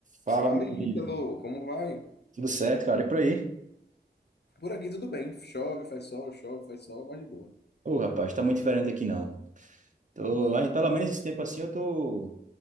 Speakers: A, on the right (about 45°); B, on the left (about 65°).
A: Fala,
B: Fala,
A: meu
B: Ítalo,
A: amigo.
B: como vai?
A: Tudo certo, cara? E por aí?
B: Por aqui tudo bem. Chove, faz sol, chove, faz sol, mas de boa.
A: Ô, rapaz, tá muito diferente daqui não. Tô, aí, pelo menos esse tempo assim eu tô,